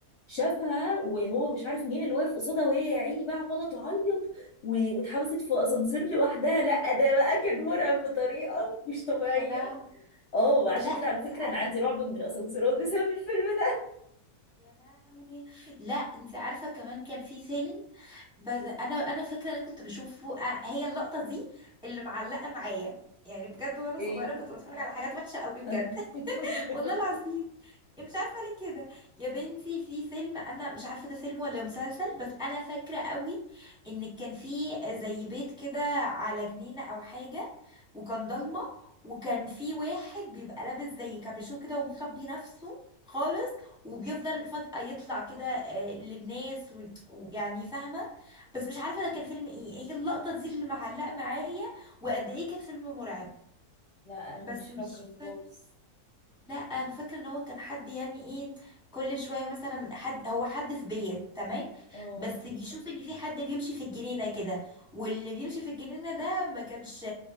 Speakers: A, on the left (about 55°); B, in the centre.
A: شافها وهو مش عارف مين اللي واقف قصادها وهي يا عيني بقى عماله تعيط و- واتحبست في اسانسير لوحدها لا ده بقى كان مرعب بطريقه مش طبيعيه
B: يا لهوي
A: اه عشان
B: لا
A: كده على
B: انت
A: فكره
B: عارفه
A: انا عندي رعب من الاسانسيرات بسبب الفيلم ده
B: يا لهوي لا انت عارفه كمان كان في فيلم بس انا انا فاكره انا كنت بشوفه آه، هي اللقطه دي اللي معلقه معايا يعني بجد وانا
A: <laughs>
B: صغيره
A: ايه
B: كنت بتفرج على حاجات وحشه قوي بجد
A: <laughs>
B: والله العظيم إيه، مش عارفه ليه كده يا بنتي في فيلم انا مش عارفه ده فيلم ولا مسلسل بس انا فاكره قوي ان كان في زي بيت كده على جنينه او حاجه وكان ضلمه وكان في واحد بيبقى لابس زي كابيشو كده ومخبي نفسه خالص وبيفضل فجأة يطلع كده آه، للناس و- ويعني فاهمة بس مش عارفة ده كان فيلم ايه هي اللقطة دي اللي معلقة معايا وقد ايه كان فيلم مرعب
A: لا انا
B: بس
A: مش
B: مش
A: فاكره خالص
B: لا انا فاكره ان هو كان حد يعني ايه كل شويه مثلا حد هو حد في بيت تمام
A: اه
B: بس بيشوف ان في حد بيمشي في الجنينه كده واللي بيمشي في الجنينه ده ما كانش